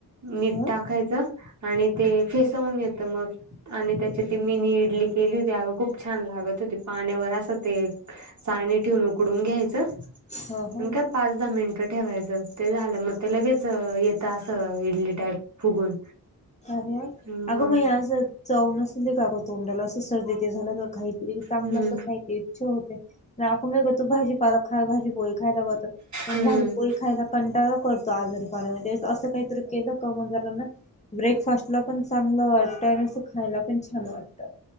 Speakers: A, on the right; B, on the left.
A: मीठ
B: ह
A: टाकायचं आणि ते फेसवून येतं मग आणि त्याच्या त मिनी इडली केली होती अग खूप छान लागत होती पाण्यावर असं ते णी ठेवून उकडून घ्यायचं
B: ह ह
A: आणि काय पाच दहा मिनिटं ठेवायचं ते झालं मग ते लगेच त असं इडली टाईप फुगून
B: अरे
A: मग
B: अगं म असं चव नसली का अगं तोंडाला असं सर्दी ते झालं का खातरी चांगलं
A: हम्म
B: असं खा इच्छ होते नाही आपण नाही का तू भाजीपाला खा भाजी पोळी खाय पाघत
A: हम्म
B: भाजी पोळी खायला कंटाळा करतो आजार पाण्यामध्ये असं काहीतरी केलं कमजारांना ब्रेकफास्ट ला पण चांगलं वाटतं आणि अस खायला पण छान वाटतं